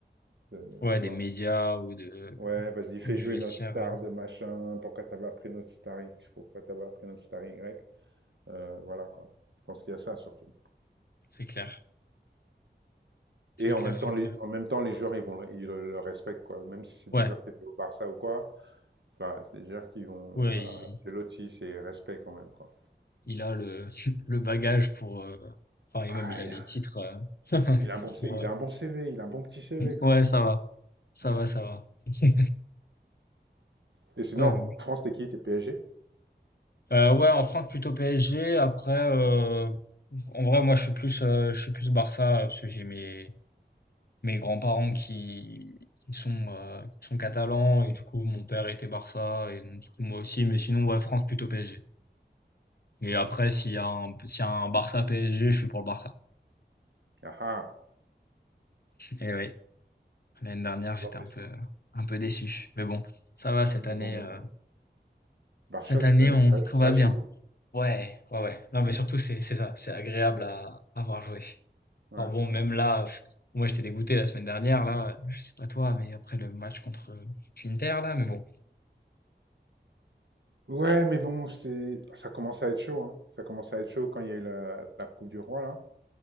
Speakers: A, on the right; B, on the left.
A: euh,
B: Ouais,
A: tu
B: des
A: vois.
B: médias ou de
A: Ouais, vas-y, fais
B: ou du
A: jouer
B: vestiaire,
A: notre star
B: heu,
A: de machin. Pourquoi t'as pas pris notre star X? Pourquoi t'as pas pris notre star Y? Euh, voilà, quoi. Je pense qu'il y a ça, surtout.
B: c'est clair. C'est
A: Et en
B: clair,
A: même
B: c'est
A: temps,
B: clair.
A: les, en même temps, les joueurs, ils vont, le- ils le, le respectent, quoi. Même si c'est des
B: Ouais,
A: joueurs qui étaient au Barça ou quoi. Enfin, c'est des joueurs qui vont,
B: ouais,
A: voilà.
B: il
A: C'est Lotti, c'est respect quand même, quoi.
B: il a le <laughs> le bagage pour, heu, enfin et
A: Ah,
B: même il a
A: il
B: les
A: y a
B: titres, heu, <laughs>
A: Il a un bon, C-
B: pour,
A: il
B: heu
A: a un bon CV, il a un bon petit CV quand
B: ouais,
A: même.
B: ça va, ça va,
A: Mm.
B: ça va. <laughs>
A: Et sinon,
B: Ouais, oui.
A: en France, t'es qui? T'es PSG?
B: Heu, ouais, en France, plutôt PSG. Après, heu, en vrai, moi, je suis plus, heu, je suis plus Barça, euh, parce que j'ai mes mes grands-parents qui qui sont, heu, qui sont catalans et du coup, mon père était Barça et donc du coup, moi aussi. Mais sinon, ouais, France, plutôt PSG. Et après, s'il y a un, s'il y a un Barça PSG, je suis pour le Barça.
A: Ah ah,
B: Et oui, l'année dernière, j'étais
A: Bon, mais
B: un peu,
A: c'est-
B: un peu déçu. Mais bon, ça va cette
A: mais
B: année,
A: bon,
B: euh,
A: euh, Barça
B: cette
A: cette
B: année,
A: année,
B: on,
A: ça,
B: tout
A: ça
B: va bien.
A: joue. hein.
B: Ouais, ouais, ouais. Non, mais surtout, c'est, c'est ça, c'est agréable à, à avoir joué.
A: Ouais.
B: Alors bon, même là, pff, moi, j'étais dégoûté la semaine dernière, là, je sais pas toi, mais après le match contre euh, l'Inter, là, mais bon.
A: Ouais, mais bon, c'est, ça commence à être chaud. hein. Ça commence à être chaud quand il y a eu la, la Coupe du Roi là.